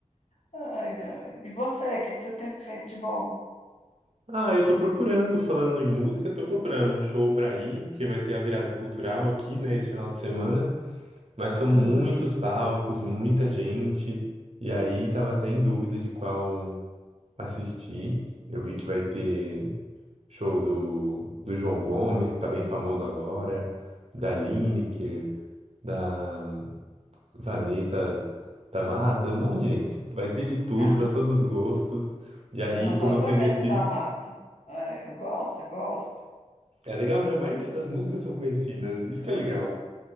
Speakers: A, on the left; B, on the right.
A: Ai, ai. E você, o que que você tem feito de bom?
B: Ah, eu tô procurando, falando em música, tô procurando um show pra ir, porque vai ter a virada cultural aqui, né, esse final de semana. Mas são
A: Uhum.
B: muitos palcos, muita gente, e aí tava até em dúvida de qual assistir. Eu vi que vai ter show do, do João Gomes, que tá bem famoso agora, da Lineker, da Vanessa da Mata, um monte de gente. Vai ter de tudo,
A: Ah,
B: pra todos os gostos. E aí,
A: eu adoro
B: como eu sou
A: Vanessa
B: indeciso,
A: da Mata. É, eu gosto, você gosta?
B: É legal, né? A maioria das músicas são conhecidas. Isso que é legal.